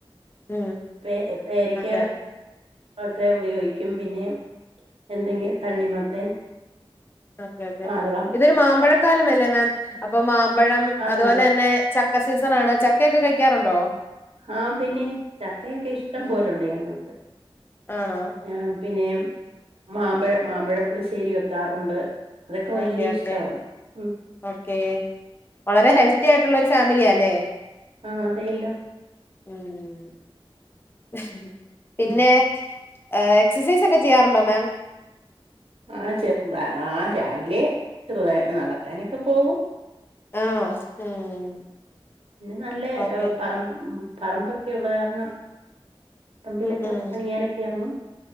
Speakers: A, on the left (about 25°); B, on the right (about 75°).
A: ഉം
B: പേ, പേരക്ക,
A: ഓക്കെ
B: ഒക്കെ, ഉപയോഗിക്കു ക്കും, പിന്നെ, എന്തെങ്കും, തണ്ണിമത്തൻ
A: ഓക്കെ, ഓക്കെ,
B: മാതളം
A: ഇതൊരു, മാമ്പഴക്കാലമല്ലേ, മാം, അപ്പൊ, മാമ്പഴം,
B: ആഹ്
A: അതുപോലെ, തന്നെ, ചക്ക, സ ണാണ്, ചക്കയൊക്കെ, കഴിക്കാറുണ്ടോ
B: ആഹ, പിന്നെ, ചക്കയൊക്കെ, ഇഷ്ടം,
A: ഉം.
B: പോലുണ്ട്, ഞങ്ങക്ക്.
A: ആണോ
B: ആ, പിന്നെ, മാമ്പഴ, മാമ്പഴപ്പുളിശ്ശേരി, വെക്കാറുണ്ട്. അതൊക്കെ
A: ഓക്കെ,
B: വലിയ
A: ഓക്കെ,
B: ഇഷ്ടമാണ് ഉം
A: ഓക്കെ, വളരെ, ഹെൽത്തിയായിട്ടുള്ള, ഒരു, ഫാ മില്ല്യാല്ലേ.
B: ആ, അതേല്ലോ
A: ഉം, ഹ്, പിന്നെ
B: ഉം
A: എ, എക്സസൈസ്, ഒക്കെ, ചെയ്യാറുണ്ടോ, മാം.
B: ആ, ചെറുത, ആ, രാവിലെ, ചെറുത, നടക്കാനൊക്കെ പോവും.
A: ആണോ ഉം
B: പിന്നെ, നല്ല,
A: ഓക്കെ
B: എ, പറ പറമ്പൊക്കെ, ഉള്ള കാരണം, പറമ്പിലൊക്കെ,
A: ഉം ഉം
B: പണിയാനൊക്കെ, എറങ്ങും.